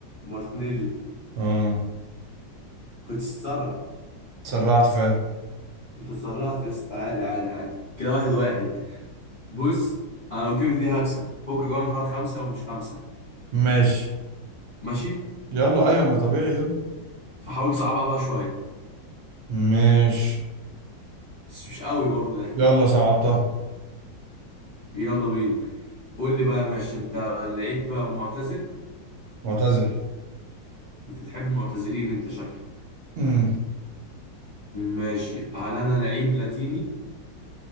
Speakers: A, on the left; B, on the right.
A: مارتينيلي
B: اه
A: كنت تسرع
B: اتسرعت فعلا
A: انت اتسرعت يا اسطى عادي عادي عادي كده واحد واحد بص انا لو جبت دي هكسب فوق جوه من حوار خمسة ومش خمسة
B: ماشي
A: ماشي
B: يلا ايوه ما طبيعي يلا
A: فحاول تصعبها بقى شوية
B: ماشي
A: بس مش قوي برضو يعني
B: يلا صعبتها
A: يلا بينا قول لي بقى يا باشا انت لعيب معتزل
B: معتزل
A: انت بتحب المعتزلين انت شكلك
B: امم
A: ماشي هل انا لعيب لاتيني